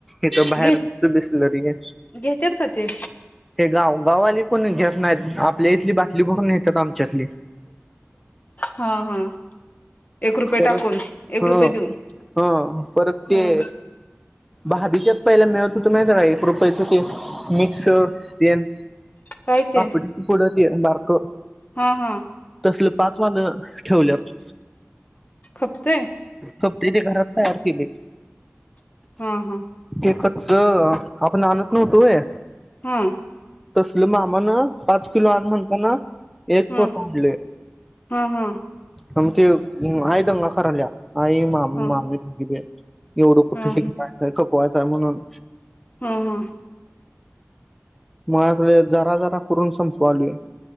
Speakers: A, in the centre; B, on the left.
A: इथ बाहेरच
B: घेत
A: बिसलरी ये
B: घेतात का ते
A: हे गाव गावंवाली कोण घेत नाहीत आप आपल्या इथली बातली बरून नेत्यात आम त्यातली <inaudible>
B: हा हा एक रुपये
A: परत
B: टाकून एक
A: हा
B: रुपये देऊन
A: हा परत ते
B: ह
A: भाभीच्यात पहिला मिळत होत माहितये काय एक रुपयाच ते मिक्स टेन
B: काय ते
A: पापडीची पूड तेन बारक
B: हा हा
A: तसलं पाक झालं ठेवल्यात
B: खपते
A: खपतेय तेे घरात तयार केले
B: हा हा
A: आता कस आपण आणत नव्हतो व्हय
B: हं
A: तसलं मामां न पाच किलो आण म्हणताना एक
B: हा
A: फोट आणले.
B: हा हा
A: आण ते आय दंगा कराल्या आई मा
B: हा हा
A: मामी एवढं कुठ
B: हा
A: <unintelligible> वाआचा म्हणून
B: हु हु
A: मग यातले जरा जरा करून संपुवालय